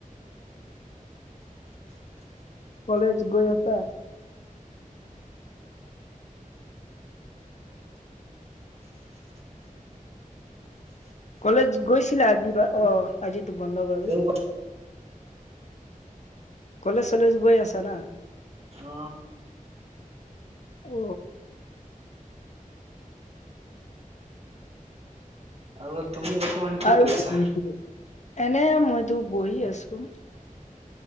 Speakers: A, on the left; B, on the right.
A: কলেজ গৈ আছা? কলেজ গৈছিলা আজি বা, অহ আজিতো বন্ধ বাৰু।
B: তেওঁ অ
A: কলেজ চলেজ গৈ আছা না?
B: অ।
A: অ।
B: আও তুমি বৰ্তমান কি
A: আৰু
B: কৰি আছা?
A: এনে মইতো বহি আছোঁ।